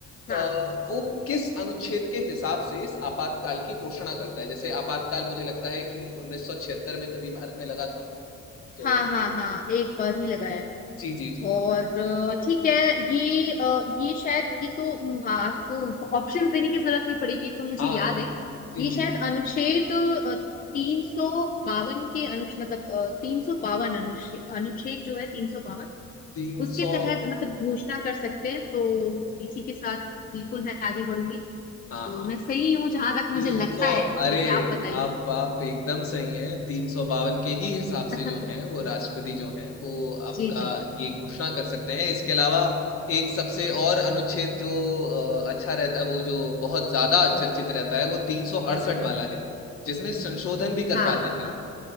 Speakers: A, on the left; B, on the left.
A: हाँ।
B: अ, वो किस अनुच्छेद के हिसाब से इस आपातकाल की घोषणा करता है जैसे आपातकाल मुझे लगता है कि 1976 में कभी भारत में लगा था तो
A: हाँ हाँ हाँ एक बार ही लगा है
B: जी जी जी
A: और अ, ठीक है ये अ, ये शायद ये तो हम्म, हाँ तो ऑप्शन देने की जरूरत नहीं पड़ेगी ये तो मुझे
B: हाँ
A: याद
B: जी
A: है
B: जी
A: ये
B: जी
A: शायद अनुच्छेद तीन सौ बावन के अनुच्छेद मतलब तीन सौ बावन अनुच्छेद अनुच्छेद जो है तीन सौ बावन
B: तीन
A: उसके
B: सौ
A: तहत मतलब घोषणा कर सकते हैं तो इसी के साथ बिल्कुल मैं आगे बढ़ूंगी
B: हाँ
A: तो
B: हाँ
A: मैं सही हूँ जहां तक मुझे
B: तीन
A: लगता
B: सौ
A: है
B: अरे
A: जैसे आप बताइए
B: आप आप एकदम सही हैं तीन सौ बावन के ही हिसाब
A: <laughs>
B: से जो हैं वो राष्ट्रपति जो हैं वो आपका
A: जी जी जी
B: ये घोषणा कर सकते हैं इसके अलावा एक सबसे और अनुच्छेद जो अ, अच्छा रहता है वो जो बहुत ज्यादा चर्चित रहता है वो तीन सौ अड़सठ वाला है जिसमें संशोधन भी कर
A: हाँ
B: पाते
A: हाँ
B: हैं
A: हाँ
B: लोग